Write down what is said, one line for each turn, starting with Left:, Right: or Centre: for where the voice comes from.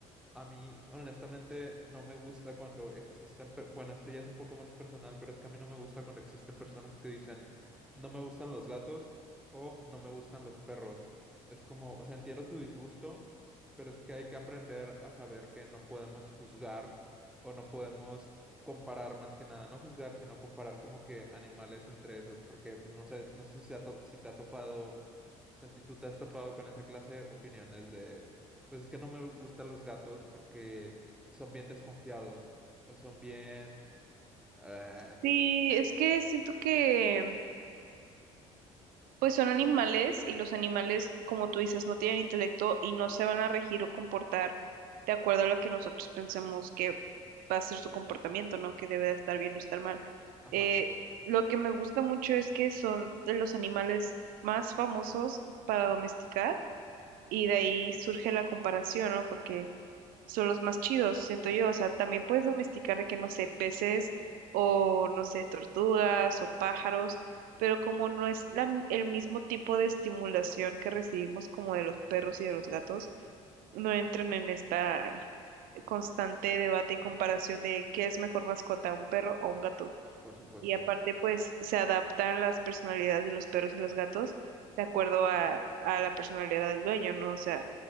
Centre: a mí, honestamente, no me gusta cuando existen, per- bueno, esto ya es un poco más personal, pero es que a mí no me gusta cuando existen personas que dicen, no me gustan los gatos o no me gustan los perros. Es como, o sea, entiendo tu disgusto, pero es que hay que aprender a saber que no podemos juzgar o no podemos comparar más que nada, no juzgar, sino comparar como que animales entre esos, porque pues no sé, no sé si te ha to- si te ha topado, o sea, si tú te has topado con esa clase de opiniones de pues es que no me gustan los gatos porque son bien desconfiados o son bien... eh,
Right: sí, es que siento que pues son animales y los animales, como tú dices, no tienen intelecto y no se van a regir o comportar de acuerdo a lo que nosotros pensemos que va a ser su comportamiento, ¿no? Que debe de estar bien o estar mal.
Centre: ajá,
Right: Eh, lo que me gusta mucho es que son de los animales más famosos para domesticar y de ahí surge la comparación, ¿no? Porque son los más chidos, siento yo. O sea, también puedes domesticar de que, no sé, peces o, no sé, tortugas o pájaros, pero como no es la m- el mismo tipo de estimulación que recibimos como de los perros y de los gatos, no entran en esta constante debate y comparación de qué es mejor mascota, un perro o un gato.
Centre: por supuesto.
Right: Y aparte, pues, se adaptan las personalidades de los perros y los gatos de acuerdo a, a la personalidad del dueño, ¿no? O sea,